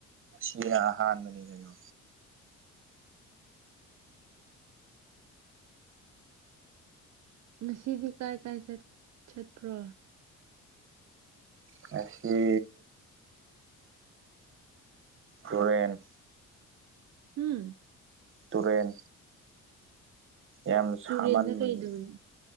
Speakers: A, on the right; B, on the right.
A: ꯁꯤ ꯑꯍꯥꯟꯕꯅꯤ ꯀꯩꯅꯣ
B: ꯉꯁꯤꯗꯤ ꯀꯥꯏ ꯀꯥꯏ ꯆꯠꯄ꯭ꯔꯣ
A: ꯉꯁꯤ ꯍꯨꯔꯦꯟ
B: ꯍꯝ
A: ꯇꯨꯔꯦꯟ ꯌꯥꯝ ꯁꯥꯃꯟꯕꯒꯤ
B: ꯇꯨꯔꯦꯟꯗ ꯀꯩꯗꯧꯔꯤ